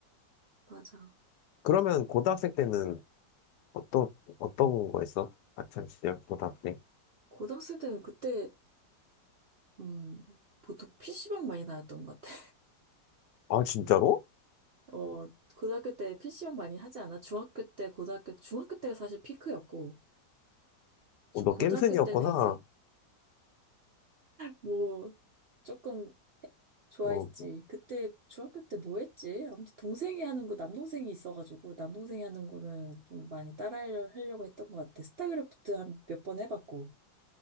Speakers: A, on the right; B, on the left.
A: 맞아.
B: 그러면 고등학생 때는 어떤, 어떤 거 했어? 아참, 진짜 고등학생.
A: 고등학생 때 그때, 음, 보통 PC방 많이 나왔던 것 같아.
B: 아, 진짜로?
A: <laughs> 어, 고등학교 때 PC방 많이 하지 않아? 중학교 때, 고등학교, 중학교 때가 사실 피크였고,
B: 어, 너
A: 고등학교
B: 겜슨이었구나.
A: 때는 이제, 뭐, 조금 좋아했지.
B: 어,
A: 그때 중학교 때 뭐 했지? 아무튼 동생이 하는 거 남동생이 있어가지고 남동생이 하는 거는 좀 많이 따라하려고 했던 것 같아. 스타크래프트 한 몇 번 해봤고,